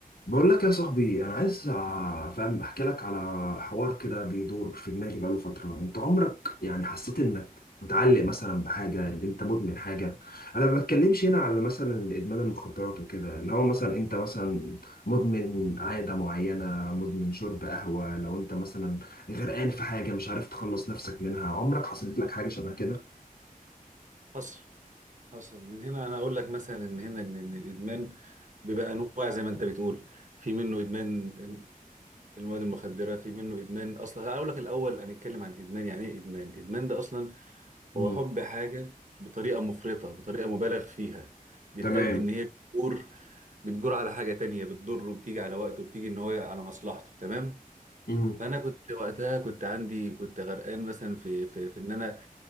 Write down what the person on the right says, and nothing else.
حصل حصل من هنا انا اقول لك مثلا ان هنا ان إن الادمان بيبقى انواع زي ما انت بتقول في منه ادمان المواد المخدره في منه ادمان اصلا هقول لك الاول هنتكلم عن ادمان يعني ايه ادمان ادمان ده اصلا
هو حب حاجه بطريقه مفرطه بطريقه مبالغ فيها بتأدي
ان هي بتجور بتجور على حاجه تانية بتضره بتيجي على وقته بتيجي ان هو على مصلحته تمام
فانا كنت وقتها كنت عندي كنت غرقان مثلا في في في ان انا